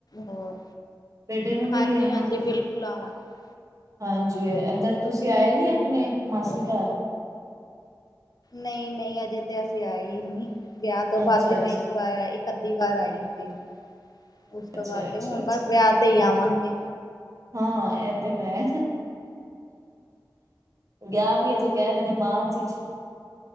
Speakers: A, on the left; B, on the right.
A: ਹੋਰ
B: ਬੇਟੇ ਨੂੰ ਵੀ
A: ਹਾਂਜੀ
B: ਲਿਆਣਾ
A: -ਹਾਂਜੀ ਬਿਲਕੁਲ ਆਵਾਂਗੇ।
B: ਹਾਂਜੀ, ਇੱਧਰ ਤੁਸੀਂ ਆਏ ਨੀ ਆਪਣੇ ਮਾਸੀ
A: ਓਹੀ
B: ਘਰ।
A: ਨਹੀਂ- ਨਹੀਂ ਅਜੇ ਤੇ ਅਸੀਂ ਆਏ ਹੀ ਨਹੀਂ, ਵਿਆਹ ਤੋਂ
B: ਅੱਛਾ
A: ਬਾਅਦ ਤੇ ਮੈਂ
B: ਅੱਛਾ
A: ਇੱਕ ਵਾਰ ਇੱਕ ਅੱਧੀ ਵਾਰ ਆਈ ਸੀ। ਉਸ ਤੋਂ
B: ਅੱਛਾ
A: ਬਾਅਦ
B: ਅੱਛਾ
A: ਤੇ ਹੁਣ
B: ਅੱਛਾ
A: ਬਸ ਵਿਆਹ ਤੇ ਹੀ ਆਵਾਂਗੇ।
B: ਹਾਂ, ਇਹ ਤਾ ਹੈ। ਵਿਆਹ ਵੀ ਹਜੇ ਕਹਿ ਰਹੇ ਨੇ ਮਾਰਚ ਵਿੱਚ।